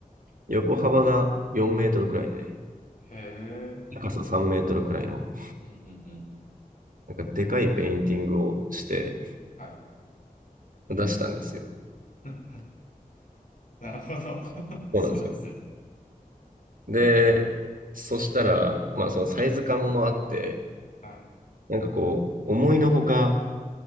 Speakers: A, on the right; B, on the left.
A: 横幅が4メートルくらいで、
B: へえ、
A: 高さ3メートルくらいの、
B: うんうんうん
A: なんかでかいペインティングをして
B: はい、
A: 出したんですよ。
B: <laughs> なるほど。<laughs> そうですね。
A: そうなんですよ。で、そしたら、まあそのサイズ感もあって、
B: はい、
A: なんかこう、思いのほか、